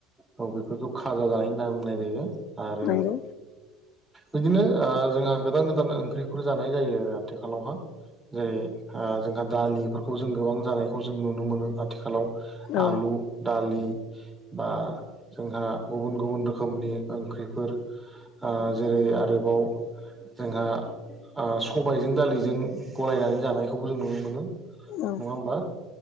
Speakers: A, in the centre; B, on the left (about 45°).
A: औ बेफोरखौ खाजा जानाय होनना बुंनाय जायो। आरो
B: नंगौ
A: बिदिनो ओ जोंहा गोदान गोदान ओंख्रिफोर जानाय जायो आरो आथिखालावहाय। जेरै ओ जोंहा दालिफोरखौ जों गोबां जानायखौ जों नुनो मोनो आथिखालाव
B: औ
A: आलु दालि बा जोंहा गुबुन गुबुन रोखोमनि ओंख्रिफोर ओ जेरै आरोबाव ओ जोंहा सबायजों दालिजों गलायनानै जानायखौबो जों नुनो मोनो।
B: औ
A: नङा होमबा